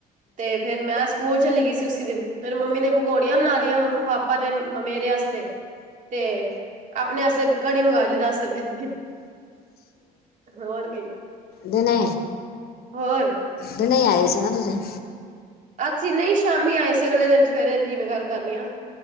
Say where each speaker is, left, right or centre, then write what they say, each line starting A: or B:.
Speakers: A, on the right (about 50°); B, on the left (about 65°).
A: ਤੇ ਫੇਰ, ਮੈਂ ਸਕੂਲ ਚਲੀ ਗਈ ਸੀ ਉਸੀ ਦਿਨ ਮੇਰੀ ਮੰਮੀ ਨੇ ਪਕੌੜੀਆਂ ਬਣਾ ਲਈਆਂ, ਪਾਪਾ ਤੇ ਮੇਰੇ ਵਾਸਤੇ, ਤੇ ਆਪਣੇ ਅਸੇ ਕੜੀ ਮੰਗਾ ਲੀ ਦਸ ਰੁਪਏ ਦੀ, ਹੋਰ ਕੀ
B: ਦਿਨੇ
A: ਹੋਰ
B: ਦਿਨੇ ਈ ਆਏ ਸੀ ਨਾ ਤੁਸੀਂ।
A: ਅੱਸੀਂ ਨਈ ਸ਼ਾਮੀ ਆਏ ਸੀ। ਅਗਲੇ ਦਿਨ ਸਵੇਰੇ ਦੀ ਮੈਂ ਗੱਲ ਕਰ ਰੀ ਆਂ।